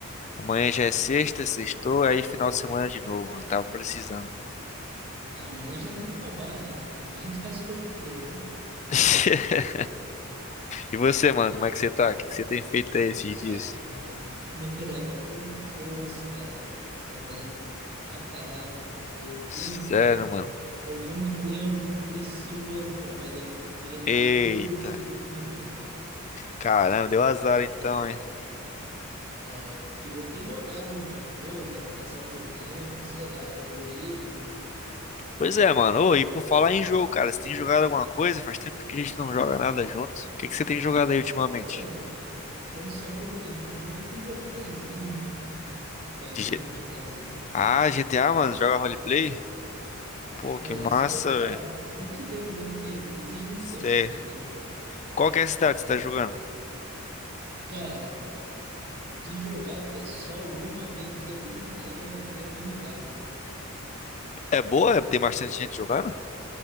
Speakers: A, on the left; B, on the right.
A: amanhã já é sexta, sextou, aí final de semana de novo. Eu tava precisando.
B: Ah, amanhã já nem trabalha, né? A gente faz corpo presente.
A: <laughs> E você, mano, como é que você tá? O que que você tem feito aí esses
B: Ah,
A: dias?
B: eu- no feriadão foi, foi osso, cara. Trabalhei pra caralho, cara. Perdi
A: Sério,
B: um,
A: mano.
B: perdi um tempo precioso trabalhando, que eu queria
A: Eita,
B: ter dormido. <laughs>
A: caramba, deu azar então, hein?
B: né? Eu queria ter jogado alguma coisa, passado meu tempo, sei lá, dormido.
A: Pois é, mano. Ô, e por falar em jogo, cara, você tem jogado alguma coisa? Faz tempo que a gente não joga nada junto. O que que você tem jogado aí ultimamente?
B: Então, quando sobra um tempinho, eu vou pra um roleplayzinho, né? Vai
A: De
B: ver,
A: G-
B: um GTAzinho.
A: Ah, GTA, mano, joga roleplay? Pô,
B: É,
A: que massa,
B: só quando tá,
A: velho.
B: quando tem tempo, né? Porque exige muito
A: Cê...
B: tempo essa porcaria,
A: é,
B: cara.
A: Qual que é a cidade que você tá jogando?
B: Cara, de jogar, pia, só uma, bem dizer, a vida inteira e é kamikaze, cara.
A: É boa? Tem bastante gente jogando?